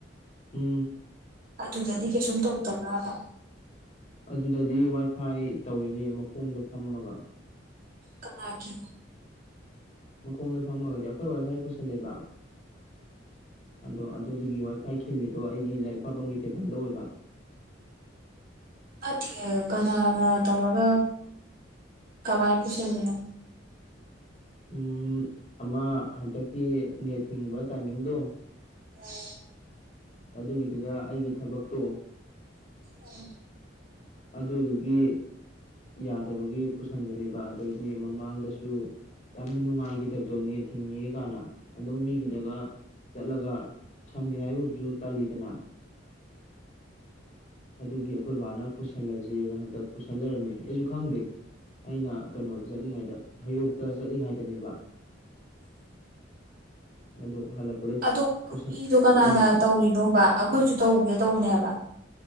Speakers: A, on the left (about 40°); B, on the right (about 50°).
A: ꯎꯝ
B: ꯑꯗꯨꯗꯗꯤ ꯀꯩꯁꯨꯝ ꯇꯧꯗꯕ꯭ꯔꯕ
A: ꯑꯗꯨꯗꯗꯤ ꯋꯥꯏꯐꯥꯏ ꯇꯧꯔꯤꯅꯦ ꯃꯈꯣꯡꯗ ꯐꯝꯃꯒ
B: ꯀꯅꯥꯒꯦ
A: ꯃꯈꯣꯡꯗꯩ ꯐꯝꯃꯒꯗꯤ ꯑꯩꯈꯣꯏ ꯋꯥꯏꯐꯥꯏ ꯄꯨꯁꯜꯂꯦꯕ ꯑꯗꯣ ꯑꯗꯨꯗꯨꯒꯤ ꯋꯥꯏꯐꯥꯏ ꯈꯤꯜꯂꯤꯗꯣ ꯑꯩꯒꯤ ꯂꯥꯏꯔꯤꯛ ꯄꯥꯕꯝꯒꯤ ꯇꯦꯕꯜꯗ ꯑꯣꯏꯕ
B: ꯐꯠꯇꯦ ꯀꯅꯥꯅ ꯇꯧꯔꯒ ꯀꯃꯥꯏꯅ ꯄꯨꯁꯤꯟꯜꯂꯤꯅꯣ
A: ꯎꯝ ꯑꯃ ꯍꯟꯗꯛꯀꯤ ꯅꯦꯠ ꯊꯤꯡꯕ ꯇꯥꯏꯃꯤꯡꯗꯣ
B: ꯑꯣ
A: ꯑꯗꯨꯒꯤꯗꯨꯗ ꯑꯩꯒꯤ ꯊꯕꯛꯇꯣ
B: ꯑꯣ
A: ꯑꯗꯨꯗꯨꯒꯤ ꯌꯥꯗꯕꯒꯤ ꯄꯨꯁꯤꯟꯕꯅꯦꯕ ꯑꯗꯩꯗꯤ ꯃꯃꯥꯡꯗꯁꯨ ꯌꯥꯝꯅ ꯅꯨꯡꯉꯥꯏꯈꯤꯗꯕꯗꯣ ꯅ ꯊꯤꯡꯉꯦ ꯀꯥꯏꯅ ꯑꯗꯨꯝ ꯃꯤꯒꯤꯗꯒ ꯆꯠꯂꯒ ꯁꯝꯒꯦ ꯍꯥꯏꯔꯨꯕꯁꯨ ꯇꯥꯜꯂꯤꯗꯅ ꯑꯗꯨꯒꯤ ꯑꯩꯈꯣꯏ ꯕꯥꯅ ꯄꯨꯁꯜꯂꯁꯦꯅ ꯍꯟꯗꯛ ꯄꯨꯁꯜ ꯂꯩꯔꯝꯃꯦ ꯑꯩꯁꯨ ꯈꯪꯗꯦ ꯑꯩꯅ ꯀꯩꯅꯣꯗ ꯆꯠꯂꯤꯉꯥꯏꯗ ꯍꯩꯔꯣꯛꯇ ꯆꯠꯂꯤꯉꯥꯏꯗꯅꯦꯕ
B: <inaudible>
A: ꯑꯗꯣ ꯍꯜꯂꯛꯄꯗ
B: ꯑꯗꯣ
A: ꯄꯨꯁꯜ
B: ꯃꯤꯗꯣ ꯀꯅꯥꯅ
A: ꯂꯩꯔꯝꯃꯦ
B: ꯇꯧꯔꯤꯅꯣꯕ ꯑꯩꯈꯣꯏꯁꯨ ꯇꯧꯒꯦ ꯇꯧꯕꯅꯦꯕ